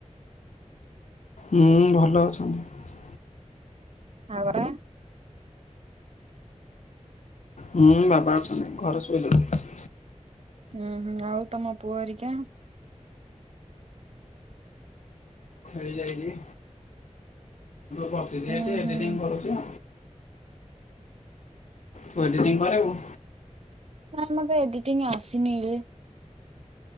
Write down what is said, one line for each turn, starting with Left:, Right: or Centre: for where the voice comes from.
Left: ହୁଁ ଭଲ ଅଛନ୍ତି।
Right: <unintelligible>
Left: ହୁଁ ବାବା ଅଛନ୍ତି ଘରେ ଶୋଇଲେଣି।
Right: ହୁଁ ହୁଁ ଆଉ ତମ ପୁଅ ହରିକା।
Left: ହେଇ ଯାଇଚି। ବସିଚି
Right: ହୁଁ
Left: ଏଠି ଏଡିଟିଙ୍ଗ
Right: ହୁଁ
Left: କରୁଚି। ତୁ ଏଡିିଟିଙ୍ଗ କରିବୁ।
Right: ନାଇ ମତେ ଏଡିଟିଙ୍ଗ ଆସିନି ରେ।